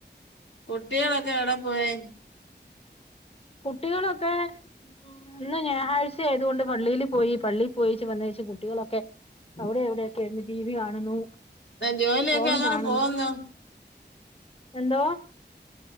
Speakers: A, on the left; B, on the left.
A: കുട്ട്യേളൊക്കെ എവിടെ പോയി
B: കുട്ടികളൊക്കെ ഇന്ന് ഞായറാഴ്ച ആയതുകൊണ്ട് പള്ളിയില് പോയി. പള്ളി പോയേച് വന്നേച്ച് കുട്ടികളൊക്കെ അവിടെ എവിടെ ഒക്കെ ഇരുന്ന് ടിവി കാണുന്നു
A: ജോലിയൊക്കെ
B: ഫോൺ
A: എങ്ങനെ
B: കാണുന്നു
A: പോകുന്നു
B: എന്തോ